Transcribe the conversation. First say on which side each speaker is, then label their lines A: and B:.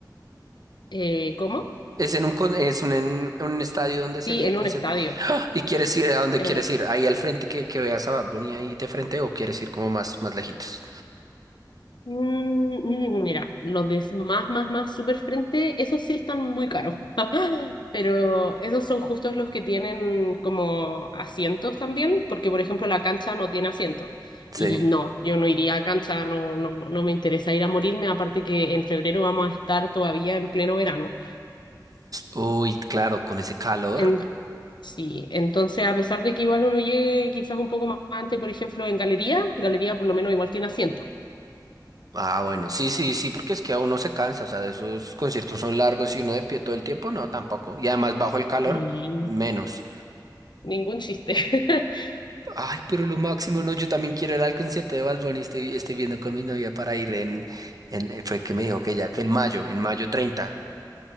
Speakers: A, on the left; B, on the right.
A: Eh, ¿cómo?
B: ¿Es en un, con- es un, en un estadio donde sería
A: Sí, en
B: el concierto?
A: un estadio.
B: ¿Y quieres ir a dónde
A: En...
B: quieres ir? ¿Ahí al frente que, que veas a Bad Bunny ahí de frente o quieres ir como más, más lejitos?
A: Mm, mm, mira, los de más, más, más super frente, esos sí están muy caros. <laughs> Pero esos son justos los que tienen como asientos también, porque por ejemplo la cancha no tiene asientos.
B: Sí.
A: Y no, yo no iría a cancha, no, no, no me interesa ir a morirme, aparte que en febrero vamos a estar todavía en pleno verano.
B: Uy, claro, con ese calor.
A: En- sí, entonces a pesar de que igual uno llegue quizás un poco más antes, por ejemplo, en galería, galería por lo menos igual tiene asientos
B: Ah, bueno, sí, sí, sí, porque es que a uno se cansa, o sea, esos conciertos son largos y uno de pie todo el tiempo, no, tampoco. Y además bajo el calor,
A: Sí,
B: menos.
A: ningún chiste. <laughs>
B: Ay, pero lo máximo, no, yo también quiero ir al concierto de Bad Bunny, estoy, estoy viendo con mi novia para ir en, en, eh, fue que me dijo que ya, que en mayo, en mayo treinta,